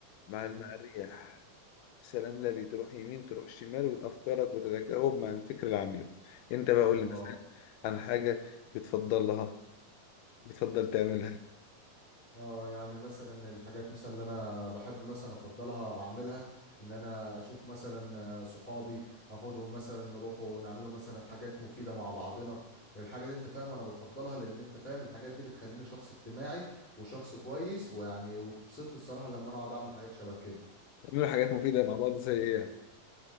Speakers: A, on the left; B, in the centre.
A: مع
B: مم.
A: مع الرياح سلام للي تروح يمين تروح شمال وافكارك وتتجاوب مع الفكر العميق انت بقى قول
B: الله
A: لي مثلا عن حاجة بتفضلها بتفضل تعملها
B: اه يعني مثلا الحاجات مثلا اللي انا بحب مثلا افضلها اعملها ان انا اشوف مثلا آه، صحابي اخدهم مثلا نروحوا نعملوا مثلا حاجات مفيدة مع بعضنا الحاجة دي انت فاهم انا بفضلها لان انت فاهم الحاجات دي بتخليني شخص اجتماعي وشخص كويس ويعني وبتبسطني الصراحة لما انا اقعد اعمل حاجات شبه كده
A: تعملوا حاجات مفيدة مع بعض زي ايه يعني